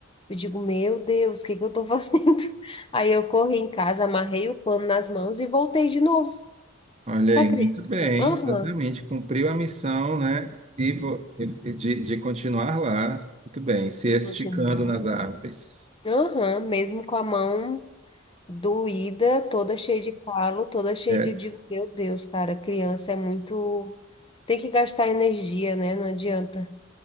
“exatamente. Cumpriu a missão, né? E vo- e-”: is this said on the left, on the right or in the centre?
Right